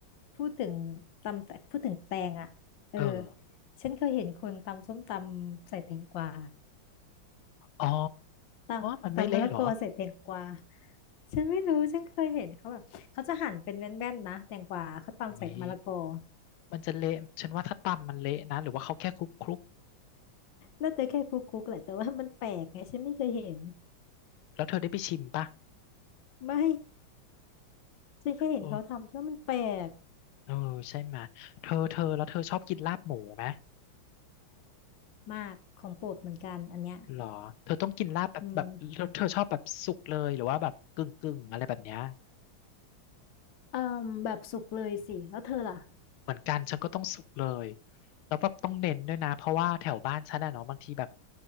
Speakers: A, on the left; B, on the left.
A: พูดถึงตำแตพูดถึงแตงอ่ะเออ
B: เออ
A: ฉันเคยเห็นคนตำส้มตำใส่แตงกวา
B: อ๋อ
A: ตำตำมะละกอใส่แตงกวา
B: มันไม่เละเหรอ
A: ฉันไม่รู้ฉันเคยเห็นเขาแบบเขาจะหั่นเป็นแว่นๆนะแตงกวาเขาตำใส่มะละกอ
B: อุ้ยมันจะเละฉันว่าถ้าตำมันเละนะหรือว่าเขาแค่คลุกคลุก
A: น่าจะแค่คุกคุกแหละแต่ว่ามันแปลกไงฉันไม่เคยเห็น
B: แล้วเธอได้ไปชิมปะ
A: ไม่ฉันแค่เห็นเขาทำฉันว่ามันแปลก
B: โอ้เออใช่ไหมยเธอเธอแล้วเธอชอบกินลาบหมูไหม
A: มากของโปรดเหมือนกันอันเนี้ย
B: หรอเธอต้องกินลาบแบบแบบเธอเธอชอบแบบสุกเลยหรือว่าแบบกึ่งกึ่งอะไรแบบเนี้ย
A: อืมเอ่มแบบสุกเลยสิแล้วเธอล่ะ
B: เหมือนกันฉันก็ต้องสุกเลย แล้วแบบต้องเน้นด้วยนะ เพราะว่าแถวบ้านฉันอะเนาะบางทีแบบ